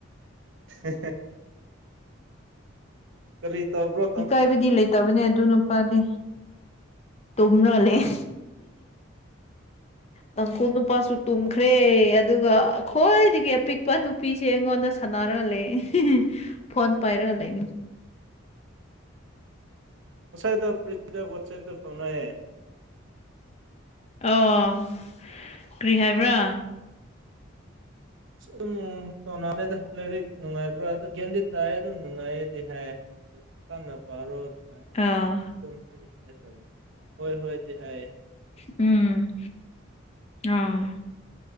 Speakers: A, on the right; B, on the left.
A: ꯎ ꯀꯔꯤ ꯇꯕ꯭ꯔꯣ
B: ꯏꯀꯥꯏꯕꯗꯤ ꯂꯩꯇꯕꯅꯦ ꯑꯗꯨꯅ ꯐꯅꯤ ꯇꯣ꯭ꯔ ꯂꯩꯦ
A: <inaudible>
B: ꯅꯪꯀꯨꯞ ꯅꯨꯄꯥꯁꯨ ꯇꯨꯝꯈ꯭ꯔꯦ ꯑꯗꯨꯒ ꯑꯩꯈꯣꯏꯗꯒꯤ ꯑꯄꯤꯛꯄ ꯅꯨꯄꯤꯁꯦ ꯑꯩꯉꯣꯟꯗ ꯁꯥꯟꯅꯔꯒ ꯂꯩ ꯐꯣꯟ ꯄꯥꯏꯔꯒ ꯂꯩꯅꯤ
A: ꯉꯁꯥꯏꯗ ꯄ꯭ꯔꯤꯊꯤꯗ ꯋꯥꯆꯦꯞꯇ ꯐꯪꯅꯑꯌꯦ
B: ꯑꯣ ꯀꯔꯤ ꯍꯥꯏꯕ꯭ꯔꯥ
A: ꯑꯁ ꯑꯗꯨꯝ ꯁꯣꯅꯥꯅꯦꯗ ꯂꯥꯏꯔꯤꯛ ꯅꯨꯡꯉꯥꯏꯕ꯭ꯔꯥ ꯑꯗꯨꯝ ꯒꯦꯝꯗꯤ ꯇꯥꯏꯑ ꯑꯗꯨꯝ ꯅꯨꯡꯉꯥꯏꯌꯦꯗꯤ ꯍꯥꯏ ꯑ ꯀꯥꯟ ꯄꯥꯔꯣ ꯑꯗꯨꯃꯥꯏꯅ
B: ꯑꯥ
A: ꯑꯣꯏꯔ ꯑꯗꯨꯝ ꯍꯥꯏꯗꯤ ꯍꯥꯏꯈ꯭ꯔꯃꯦ ꯍꯣꯏ ꯍꯣꯏꯗꯤ ꯍꯥꯏꯌꯦ
B: ꯎꯝ ꯑ